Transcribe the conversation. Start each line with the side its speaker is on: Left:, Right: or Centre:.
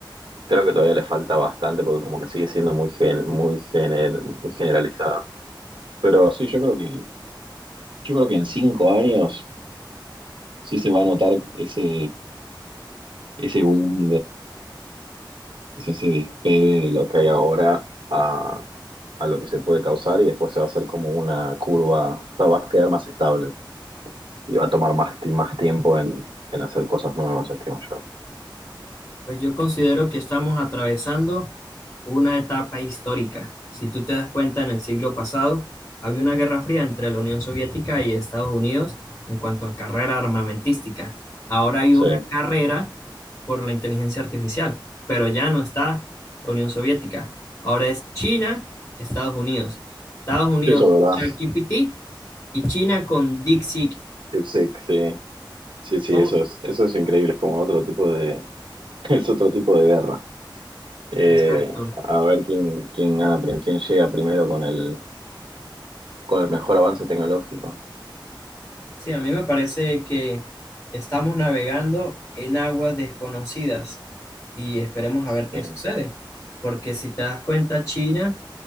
Right: Creo que todavía le falta bastante porque como que sigue siendo muy gen- muy gener- muy generalizado. Pero sí, yo creo que, yo creo que en cinco años sí se va a notar ese, ese boom ese se despegue de lo que hay ahora a, a lo que se puede causar y después se va a hacer como una curva, o sea, va a quedar más estable y va a tomar más, ti- más tiempo en, en hacer cosas nuevas, estimo yo.
Left: Pues yo considero que estamos atravesando una etapa histórica. Si tú te das cuenta, en el siglo pasado había una guerra fría entre la Unión Soviética y Estados Unidos en cuanto a carrera armamentística. Ahora hay una
Right: Sí,
Left: carrera por la inteligencia artificial, pero ya no está la Unión Soviética. Ahora es China, Estados Unidos. Estados Unidos
Right: sí, eso
Left: con
Right: es verdad.
Left: ChatGPT y China con DeepSeek.
Right: DeepSeek, sí, sí, sí,
Left: No,
Right: eso es, eso es increíble, es como otro tipo de, <laughs> es otro tipo de guerra. Eh,
Left: exacto,
Right: a ver quién, quién gana, pri- quién llega primero con el, con el mejor avance tecnológico.
Left: Sí, a mí me parece que estamos navegando en aguas desconocidas y esperemos
Right: Sí.
Left: a ver qué sucede, porque si te das cuenta, China